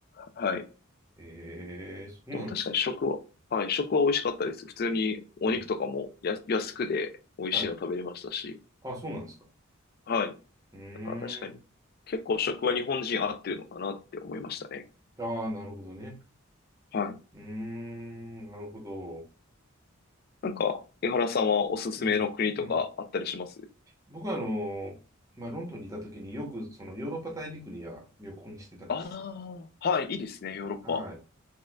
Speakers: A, on the left; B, on the right.
A: はい。
B: ええそうなんです。
A: でも確かに食は、はい、食は美味しかったです。普通にお肉とかもや安くで美味しいの食べれましたし、
B: うん。はい。あ、そうなんですか。
A: はい。
B: うーん。
A: なんか確かに、結構食は日本人合ってるのかなって思いましたね。
B: ああ、なるほどね。
A: はい。
B: うーん、なるほど。
A: なんか、江原さんはおすすめの国とかあったりします
B: うん、うん。僕はあのーまあ、ロンドンにいた時によくそのヨーロッパ大陸には旅行にしてたんです。
A: ああー、はい、いいですね、ヨーロッパ。
B: はい。